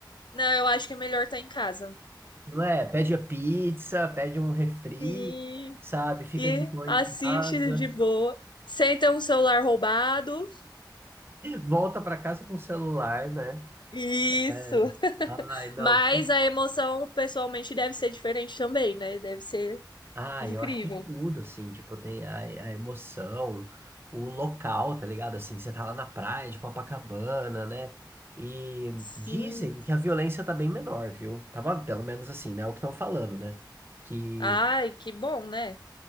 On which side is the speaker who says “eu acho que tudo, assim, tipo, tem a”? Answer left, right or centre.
Right